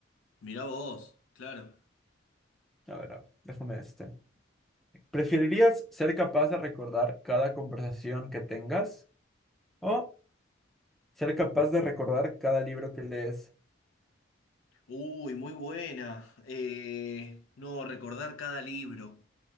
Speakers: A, on the left; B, in the centre.
A: Mirá vos, claro.
B: A ver, a ver, déjame este. ¿Preferirías ser capaz de recordar cada conversación que tengas o ser capaz de recordar cada libro que lees?
A: Uy, muy buena. Eh, no, recordar cada libro,